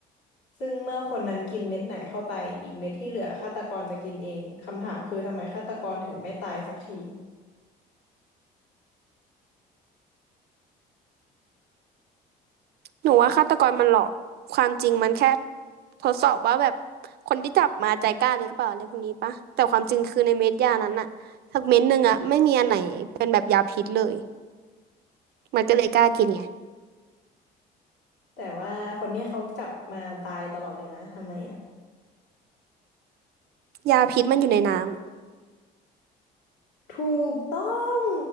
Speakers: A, on the left (about 85°); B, on the right (about 70°).
A: ซึ่งเมื่อคนนั้นกินเม็ดไหนเข้าไปอีกเม็ดที่เหลือฆาตกรจะกินเองคำถามคือทำไมฆาตกรถึงไม่ตายสักที
B: หนูว่าฆาตกรมันหลอกความจริงมันแค่ทดสอบว่าแบบคนที่จับมาใจกล้าหรือเปล่าอะไรพวกนี้ปะแต่ความจริงคือในเม็ดยานั้นอะสักเม็ดหนึ่งอะไม่มีอันไหนเป็นแบบยาพิษเลยมันก็เลยกล้ากินไง
A: แต่ว่าคนเนี้ยเขาจับมาตายตลอดเลยนะทำไมอ่ะ
B: ยาพิษมันอยู่ในน้ำ
A: ถูกต้อง